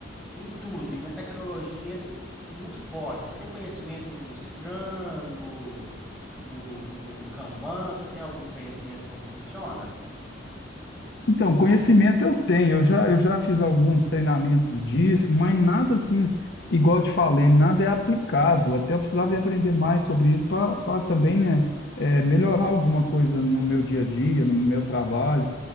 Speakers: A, in the centre; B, on the left (about 60°).
A: em tudo, e na tecnologia ele é muito forte. Você tem conhecimento no Scrum, no, no, no, no Kanban? Você tem algum conhecimento como funciona?
B: Então, conhecimento eu tenho, eu já, eu já fiz alguns treinamentos disso, mas nada assim, igual eu te falei, nada é aplicado.
A: Uhum,
B: Até eu precisava ir aprender mais sobre isso para também, né, é, melhorar alguma coisa no meu dia a dia, no meu trabalho.